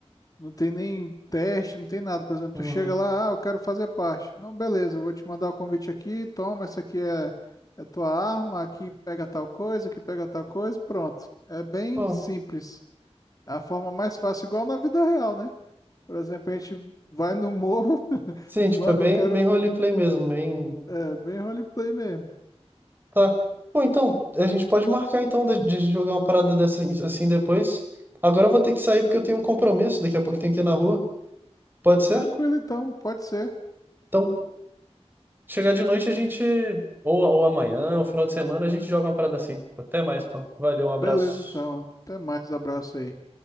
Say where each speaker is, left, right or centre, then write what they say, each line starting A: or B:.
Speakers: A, on the left; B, on the right.
A: não tem nem teste, não tem nada. Por exemplo,
B: Uhum.
A: tu chega lá, ah, eu quero fazer parte. Não, beleza, eu vou te mandar o convite aqui, toma, essa aqui é é tua arma, aqui pega tal coisa, aqui pega tal coisa, pronto. É bem
B: Pô,
A: simples. É a forma mais fácil, igual na vida real, né? Por exemplo, a gente vai no morro, <laughs>
B: sim, tipo,
A: mano,
B: é bem,
A: eu quero
B: bem roleplay mesmo, bem...
A: é, bem roleplay mesmo.
B: Tá. Pô, então, a gente pode marcar, então, de, de jogar uma parada dessa assim depois. Agora eu vou ter que sair porque eu tenho um compromisso, daqui a pouco tenho que ir na rua. Pode ser?
A: Tranquilo, então, pode ser.
B: Então, chegar de noite a gente. Ou, ou amanhã, ou final de semana, a gente joga uma parada assim. Até mais, pô. Valeu, um abraço.
A: Beleza, então. Até mais. Abraço aí.